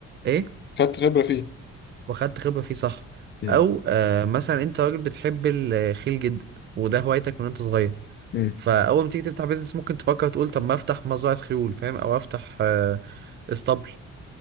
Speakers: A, on the right; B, on the left.
A: ايه
B: خدت خبره فيه
A: واخدت خبره فيه صح
B: امم
A: او آه مثلا انت راجل بتحب الخيل جدا وده هوايتك من انت صغير
B: امم
A: فاول ما تيجي تفتح بيزنس ممكن تفكر تقول طب ما افتح مزرعه خيول فاهم او افتح آه اسطبل